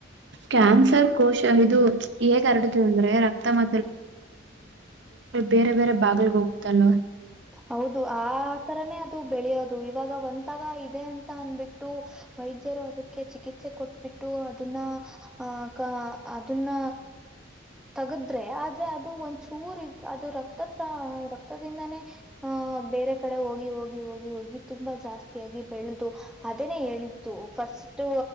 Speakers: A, on the right; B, in the centre.
A: ಕ್ಯಾನ್ಸರ್ ಕೋಶ ಇದು ಹೇಗ ಹರಡ ಅಂದ್ರೆ ರಕ್ತ ಮಾ
B: <unintelligible>
A: ಬೇರೆ ಬೇರೆ ಭಾಗಗಳಿಗೆ ಹೋಗ್ತಲ್ವಾ
B: ಹೌದು ಆ ಆಥರನೇ ಅದು ಬೆಳೆಯೋದು ಇವಾಗ ಒಂದ ತ್ತಾಗ ಇದೆ ಅಂತ ಅನ್ಬಿಟ್ಟು ವೈದ್ಯರು ಅದಕ್ಕೆ ಚಿಕಿತ್ಸ ರಿ ಕೊಟ್ಟ ಬಿಟ್ಟು ಅದನ್ನ ಆ ಕ ಅದನ್ನ ತಗ್ದು ಆದ್ರೆ ಅದು ಒಂದ್ ಚೂರು ಅದು ರಕ್ತತ್ರ ರಕ್ತದಿಂದಾನೇ ಆಹ ಬೇರೆ ಕಡೆ ಹೋಗಿ ಹೋಗಿ ಹೋಗಿ ಹೋಗಿ ತುಂಬಾ ಜಾಸ್ತಿಯಾಗಿ ಬೆಳೆದು ಅದನೇ ಹೇಳಿತ್ತು ಫಸ್ಟ್ ಅಷ್ಟು